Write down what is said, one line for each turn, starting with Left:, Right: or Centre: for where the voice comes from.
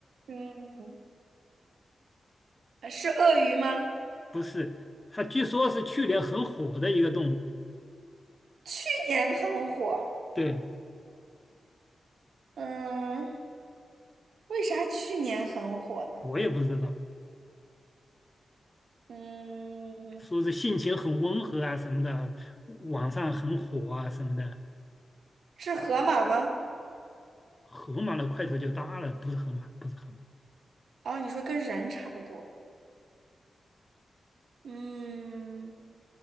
Right: 嗯，是鳄鱼吗？
Left: 不是，它据说是去年很火的一个动物，
Right: 去年很火，
Left: 对，
Right: 嗯，为啥去年很火呢？
Left: 我也不知道。
Right: 嗯，
Left: 说是性情很温和啊什么的，网上很火啊什么的。
Right: 是河马吗？
Left: 河马的块头就大了，不是河马，不是河马
Right: 哦，你说跟人差不多，嗯。